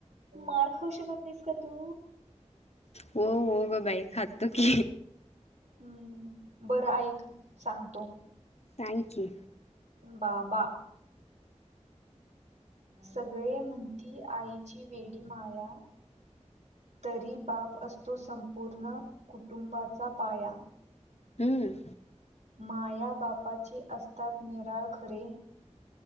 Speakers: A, on the right (about 75°); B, on the left (about 60°).
A: मार खाउ शकत नइस का तू
B: हो हो ग बाई खातो की
A: हम्म बरं ऐक सांगतो
B: थँक्यू
A: बाबा सगळे म्हणती आईची वेडी माया तरी बाप असतो संपूर्ण कुटुंबाचा पाया
B: हम्म
A: माया बापाची असतात निराळ खरे